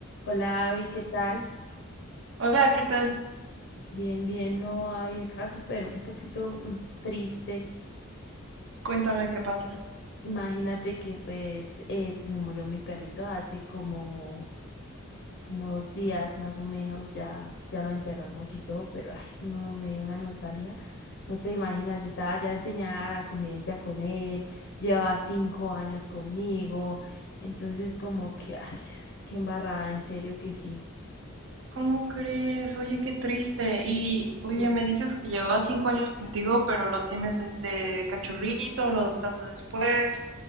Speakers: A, on the left; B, on the right.
A: Hola, Abby, ¿qué tal?
B: Hola, ¿qué tal?
A: Bien, bien, no, Abby, acá súper un poquito mm, triste.
B: Cuéntame qué pasa.
A: Imagínate que pues eh, se me murió mi perrito hace como, como dos días más o menos, ya, ya lo enterramos y todo, pero ay, no, me dio una nostalgia. No te imaginas, estaba ya enseñada la convivencia con él, llevaba cinco años conmigo, entonces como que, ay, qué embarrada, en serio que sí.
B: ¿Cómo crees? Oye, qué triste. Y, oye,
A: Sí.
B: me dices que llevabas cinco años contigo, pero lo tienes desde cachorrito, lo adoptaste después.